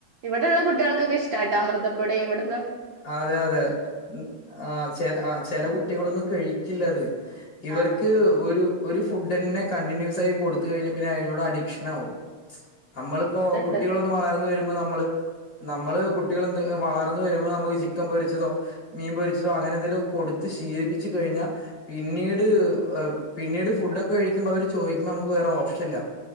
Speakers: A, on the right; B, on the left.
A: ഇവിടെള്ള കുട്ടികൾക്കൊക്കെ ഇഷ്ട്ടാട്ടോ അമൃതപ്പൊടി ഇവിടെ
B: അതെ അതെ ആഹ് ചെ ചെല
A: ഉം
B: കുട്ടികളൊന്നും കഴി ക്കില്ലത് ഇവർക്ക്
A: ആ
B: ഒരു ഒരു ഫുഡ്ന്നെ കണ്ടിന്യൂസ് ആയി കൊടുത്തു കഴിഞ്ഞാൽ പിന്നെ അതിനോട് അഡിക്ഷൻ ആവും നമ്മളിപ്പോ
A: അതുണ്ട്
B: കുട്ടികളൊന്ന് വളർന്ന് വരുമ്പോ നമ്മള് നമ്മള് കുട്ടികളെന്ത് വളർ ന്ന് വരുമ്പോ നമ്മക്ക് ചിക്കൻ പൊരിച്ചതോ മീൻ പൊരിച്ചതോ അങ്ങനെന്തെലും ഒക്കെ കൊടുത്ത് ശീലിപ്പിച്ച് കഴിഞ്ഞാ പിന്നീട് പിന്നീട് ഫുഡ്ഡോക്കെ കഴിക്കുമ്പോ അവര് ചോദിക്കുമ്പോ നമുക്ക് വേറെ ഓപ്ഷൻ ഇല്ല